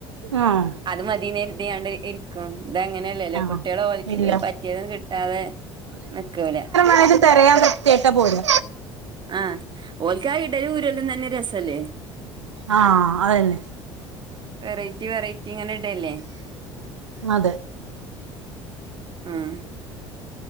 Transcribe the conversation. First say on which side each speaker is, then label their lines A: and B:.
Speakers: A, on the right; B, on the right.
A: ആഹ്
B: അത് മതിന്നരുതിയാണ്ട് ഇരിക്കും ഇതങ്ങനെ ല്ലേ
A: ആഹ്
B: കുട്ടിയേള് ഓല്ക്ക്
A: ഇല്ല
B: പറ്റിയതങ്ങട് കിട്ടാതെ നിക്കൂല
A: ആയത് തെരയാതെ യിട്ട പോരാ
B: ആഹ് ഓല്ക്കാ ഇടലും ഊരലും തന്നെ രസല്ലേ
A: ആഹ് അതന്നെ
B: വെറൈറ്റി വെറൈറ്റിങ്ങനെ ഇടല്ലേ
A: അതെ
B: മ്മ്